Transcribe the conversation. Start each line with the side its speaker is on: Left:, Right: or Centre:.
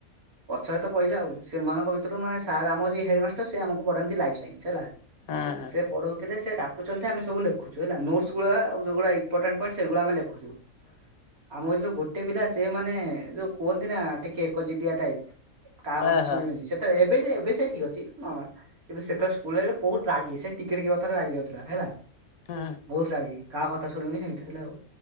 Right: ପଛରେ ତ ପଇଲା ଆଉ। ସେମାନଙ୍କ ଭିତରୁ ମାନେ ସାର୍ ଆମ ଯିଏ ହେଡମାଷ୍ଟର ସେ ଆମକୁ ପଢାନ୍ତି ଲାଇଫ ସାଇନ୍ସ ହେଲା।
Left: ହଁ ହଁ
Right: ସେ ପଢଉଥିଲେ ସେ ଡା ଦେଖୁଛନ୍ତି ଯେ ଆମେ ସବୁ ଲେଖୁଚୁ ହେଲା। ନୋଟସ ଗୁରା ଆଉ ଯୋଉରା ଇମ୍ପୋଟାଣ୍ଟ ପଏଣ୍ଟ ସେଗୁଡା ଆମେ ଲେ ଖୁଚୁ। ଆମ କୁ ଯେତବେଳେ ଗୋ ଗୋଟେ ପିଲା ସେମାନେ ଯୋଉ କୁହନ୍ତି ନା ଟିକେ ଏକ ଯିତିଆ ଟାଇପ କାହା କଥା
Left: ଓହୋ
Right: ଶୁଣିବେନି। ସେତେବେଳେ ଏବେ ଏ ସେ ଠିକ୍ ଅଛି ନର୍ମାଲ। କିନ୍ତୁ ସେତେବେଳେ ସ୍କୁଲରେ ବହୁତ ରାଗି ସେ ଟିକେ ଟିକେ କଥାରେ ରାଗି ଯାଉଥିଲା ହେଲା।
Left: ହଁ
Right: ବହୁତ ରାଗି। କାହା କଥା ଶୁଣିବୁନ ସେମିତି ଥିଲା ଆଉ।